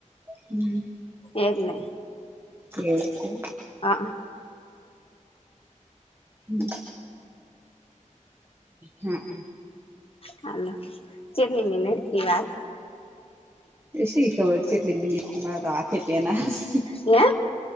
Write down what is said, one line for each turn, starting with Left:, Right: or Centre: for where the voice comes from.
Right: હમ્મ
Left: એરલે
Right: એ છે.
Left: હ
Right: હમ હા
Left: હ જેટલી મિની વાત
Right: શી ખબર છે એટલે બીમાર તો હાથે પના હ
Left: હે